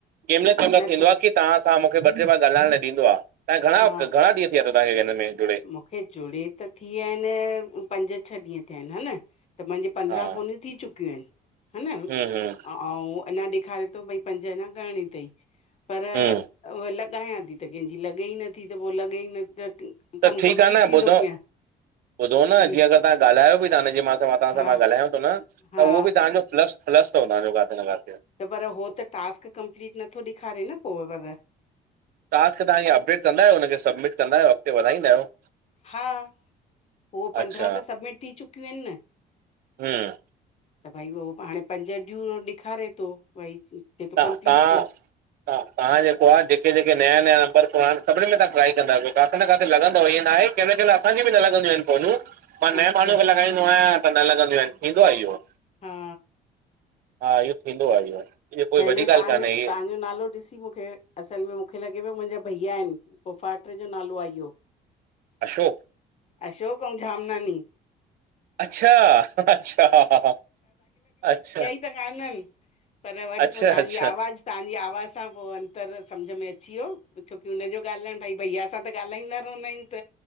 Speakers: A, on the right; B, on the left.
A: कंहिं महिल कंहिं महिलं
B: न
A: थींदो
B: त
A: आह, की तहां सां मूंखे ॿ टे, बार ॻाल्हाइण ॾींदो आह, तहां घणा,
B: हा
A: घणा ॾींहं <unintelligible> तव्हांखे के में जुड़े <unintelligible>
B: मूंखे जुड़े त थी विया आहिनि, पंज छह ॾींहं थिया आहिनि हा न, त मुंहिंजी पंद्रहं
A: हा
B: फोनियूं थी चुकियूं आहिनि हा न,
A: हम्म
B: ऐं अऊं अञां ॾेखारे थो भई पंज अञा करणी अथई, पर
A: हम्म
B: उहा लॻायां थी त कंहिंजी लॻे ई नथी त पोइ लॻे ई न <unintelligible>
A: त
B: कमु
A: ठीकु
B: कंप्लीट
A: आहे न
B: थींदो
A: ॿुधो
B: कीअं?
A: ॿुधो न
B: जी
A: जीअं अगर तव्हां ॻाल्हयो बि था न, जीअं तवां
B: हा
A: सां मां ॻाल्हायां थो न
B: हा
A: त उहो बि त्हांजो प्लस-प्लस अथव तव्हांजो काथ न काथे।
B: त पर हो त टास्क कंपलीट नथो ॾेखारे न पोइ पर।
A: टास्क तव्हां अपडेट कंदा आहियो। हुनखे सबमिट कंदा आहियो, अॻते वधाईंदा आहियो?
B: हा, उहो पंद्रहां
A: अच्छा
B: त सबमिट थी चुकियूं आहिनि न।
A: हम्म
B: त भई उहो हाणे पंज ड्यू, हू ॾेखारे थो भई, थो
A: त,
B: कंप्लीट
A: ता
B: कर
A: हा तव्हां जेको आहे जेके-जेके नया-नया नंबर आहिनि सभिनी में तव्हां ट्राए कंदा कयो <unintelligible> न काथे लॻंदव, ई न आहे कि न कि ल असां जूं बि न लॻंदियूं आहिनि फोनूं <unintelligible> पर नए
B: अच्छा
A: माण्हू खे लॻाईंदो आहियां त न लगॻंदियूं आहिनि, थींदो आहे इहो।
B: हा
A: हा इहो, थींदो आहे इहो। इहा कोई
B: पहले
A: वॾी ॻाल्हि
B: तव्हांजो-तव्हांजो
A: कान्हे इहे
B: नालो ॾिसी मूंखे असल में मूंखे लॻे पियो मुंहिंजा भईया आहिनि, फुफाट, जो नालो आहे इहो।
A: अशोक
B: अशोक ऐं झामनानी।
A: अच्छा, अच्छा ह अच्छा
B: सुञाननि, पर वरी
A: अच्छा
B: पोइ तव्हांजी
A: अच्छा
B: आवाज़ु <unintelligible> तव्हांजी आवाज़ सां पोइ अंतर समुझ में अची वियो, छोकी हुनजो ॻालाइण भई भईया असां त ॻाल्हाईंदा रहंदा आहियूं त